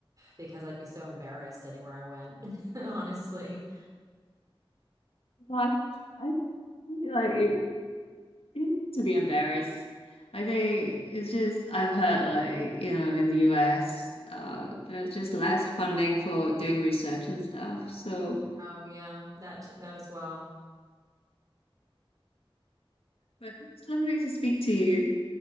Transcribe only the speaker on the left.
But I think, like it, it to be embarrassed. I think it's just I've heard like, you know, in the US, uh, there's just less funding for doing research and stuff. So
But it's lovely to speak to you.